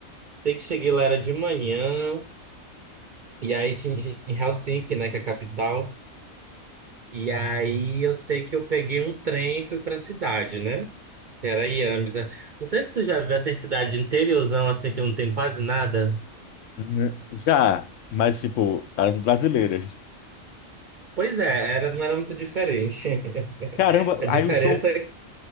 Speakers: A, on the right; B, on the left.
A: Sei que cheguei lá era de manhã, e aí tinha em Helsinki, né, que é a capital. E aí eu sei que eu peguei um trem e fui pra cidade, né? Que era Jämsä. Não sei se tu já viu essa cidade interiorzão, assim, que não tem quase nada.
B: Né? Já, mas tipo, as brasileiras.
A: Pois é, era, não era muito diferente. <laughs>
B: Caramba,
A: A diferença
B: aí o show
A: é